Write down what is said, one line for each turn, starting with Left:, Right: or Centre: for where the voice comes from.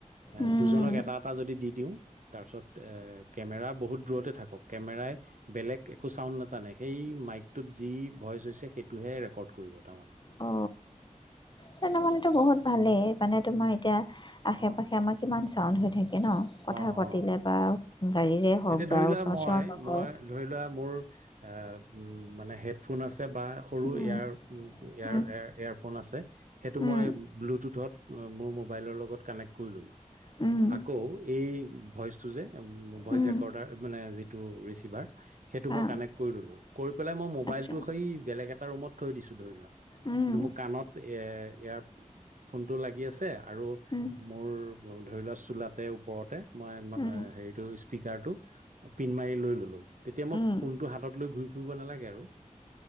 Right: এ
Left: উম,
Right: দুজনক এটা এটা যদি দি দিও তাৰপিছত এ কেমেৰা বহুত দূৰতে থাকক কেমেৰাই বেলেগ একো চাউণ্ড নাটানে সেই মাইক টোত যি ভইচ হৈছে সেইটোহে ৰেকৰ্ড কৰিব তাৰমানে
Left: অ তেনেহলে তো বহুত ভালেই মানে তোমাৰ এতিয়া আশে
Right: অ
Left: পাশে আমাৰ কিমান চাউণ্ড হৈ থাকে তাকে ন' কথা
Right: অ
Left: পতিলে
Right: অ
Left: বা গাড়ীৰে হওক
Right: এতিয়া
Left: বা
Right: ধৰি লোৱা
Left: ওচৰত
Right: মই,
Left: চিঞৰ বাখৰ
Right: মই ধৰি লোৱা মোৰ অ', মানে হেডফোন আছে বা সৰু
Left: উম,
Right: এয়াৰ এয়াৰ
Left: উম,
Right: এয়াৰফোন আছে। সেইটো
Left: উম,
Right: মই ব্লুটুথত মোৰ মোবাইলৰ লগত কানেক্ট কৰি ল'লো।
Left: উম,
Right: আকৌ এই ভইচটো যে এম, ভইচ
Left: উম,
Right: যে ক'ৰ্ডাৰ মানে যিটো ৰিছিভাৰ সেইটো মই
Left: আ,
Right: কানেক্ট কৰি ল'লো কৰি পেলাই মই মোবাইলটো
Left: আচ্ছা
Right: সেই বেলেগ এটা ৰুমত থৈ দিছোঁ ধৰি লোৱা।
Left: উম,
Right: কিন্তু মোৰ কাণত এ ইয়াৰ ফোনটো লাগি আছে আৰু
Left: উম।
Right: মোৰ ধৰি লোৱা চোলাতে ওপৰতে মই ম'
Left: উম,
Right: হেৰিটো এয়াৰটো পিন মাৰি লৈ ল'লো তেতিয়া মই
Left: উম,
Right: ফোনটো হাতত লৈ ঘূৰি ফুৰিব নালাগে আৰু।